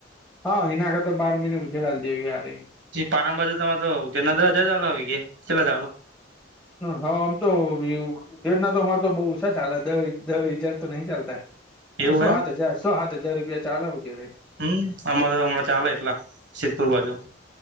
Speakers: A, in the centre; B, on the right.
A: હા એના હારે તો બાર મહિને ઉધે ડાલ દેવી આ ર
B: પારંબજુ તમામાં તો તેના હજા ચ આવી ગ છેેલા
A: હા આમ તો એવું <unintelligible> ના તો અમારે તો બહુ ઓછા ચાલે દ હજાર તો નહી ચાલતા
B: એવું
A: સો
B: એમ?
A: સાત હજાર સો સાત હજાર રૂપિયા ચાલાવું તણે
B: હમ્મ અમારે તો હમણાં ચાલે એટલા શીતપુર બાજુ